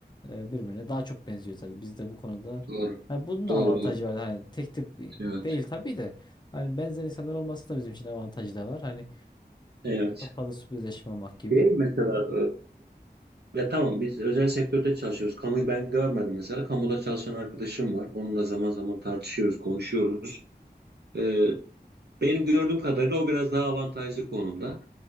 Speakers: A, on the left; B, on the right.
A: e, birbirine daha çok benziyor tabii. Biz de bu konuda
B: Doğru.
A: hani bunun da
B: Doğru
A: avantajı
B: doğru.
A: var. Hani tek tip
B: Evet.
A: değil tabii de hani benzer insanlar olması da bizim için avantajı da var. Hani
B: Evet.
A: çok fazla sürpriz yaşamamak gibi.
B: Şey mesela e, ya tamam biz özel sektörde çalışıyoruz. Kamuyu ben görmedim mesela. Kamuda çalışan arkadaşım var. Onunla zaman zaman tartışıyoruz, konuşuyoruz. E, benim gördüğüm kadarıyla o biraz daha avantajlı konumda.